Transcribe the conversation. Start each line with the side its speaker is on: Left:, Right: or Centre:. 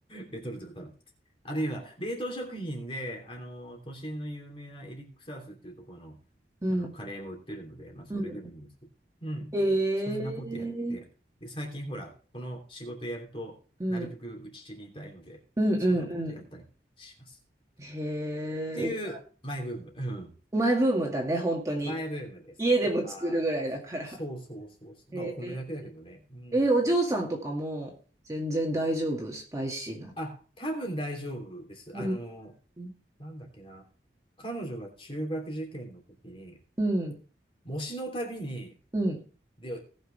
Left: レトルトで食べて。あるいは、冷凍食品で、あの、都心の有名なエリックサウスっていうところの、
Right: うん。
Left: あの、カレーも売ってるので、まあ、それでもいいんですけど。
Right: うん
Left: うん。
Right: へえ。
Left: そんなことやって。で、最近ほら、この仕事やると、
Right: うん。
Left: なるべくうちにいたいので、
Right: うんうんう
Left: そんなことやったりします。
Right: ん。へえ。
Left: っていう、マイブーム。うん
Right: マイブームだね、本当に。
Left: 前ブームです。
Right: 家でも作るぐらいだから。
Left: はい。そうそうそうそう。
Right: へえ。
Left: まあ、お米だけだけどね。うん。
Right: え、お嬢さんとかも全然大丈夫、スパイシーな。
Left: あ、多分大丈夫です。
Right: うん。
Left: あの、
Right: うん。
Left: なんだっけな。彼女が中学受験の時に、
Right: うん。
Left: 模試のたびに、
Right: うん。
Left: で、